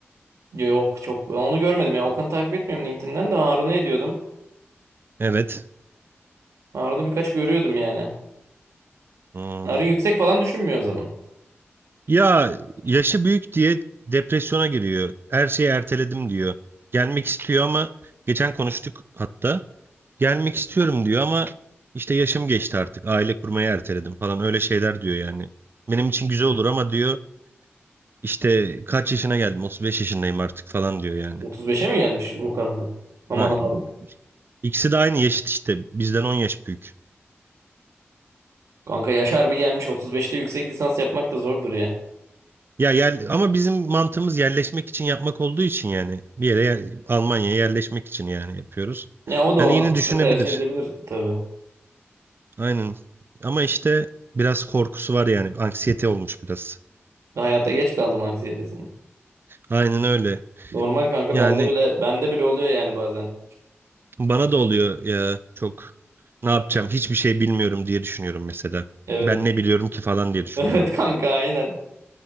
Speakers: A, on the right; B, on the right.
A: Yok çok Ben onu görmedim ya. Okan'ı takip etmiyorum LinkedIn'den de Harun'u ediyordum.
B: Evet.
A: Harun'u birkaç görüyordum yani.
B: Hmm.
A: Harun yüksek falan düşünmüyor o zaman.
B: Ya yaşı büyük diye depresyona giriyor. Her şeyi erteledim diyor. Gelmek istiyor ama geçen konuştuk hatta. Gelmek istiyorum diyor ama işte yaşım geçti artık. Aile kurmayı erteledim falan öyle şeyler diyor yani. Benim için güzel olur ama diyor işte kaç yaşına geldim? otuz beş yaşındayım artık falan diyor yani.
A: 35'e mi gelmiş Okan'la? Aman
B: Ha,
A: Harun.
B: İkisi de aynı yaşıt işte. Bizden 10 yaş büyük.
A: Kanka yaş harbi gelmiş 35'te yüksek lisans yapmak da zordur ya.
B: Ya yer, ama bizim mantığımız yerleşmek için yapmak olduğu için yani bir yere yer- Almanya'ya yerleşmek için yani yapıyoruz.
A: Ya o da
B: Yani
A: o mantıkta
B: yine düşünebilir.
A: tercih edebilir tabii.
B: Aynen. Ama işte biraz korkusu var yani. Anksiyete olmuş biraz.
A: Hayata geç kaldım anksiyetesini.
B: Aynen öyle.
A: Normal kanka
B: Yani
A: bende bile bende bile oluyor yani bazen.
B: bana da oluyor ya çok ne yapacağım hiçbir şey bilmiyorum diye düşünüyorum mesela.
A: Evet.
B: Ben ne biliyorum ki falan
A: <laughs>
B: diye düşünüyorum.
A: Evet kanka aynen.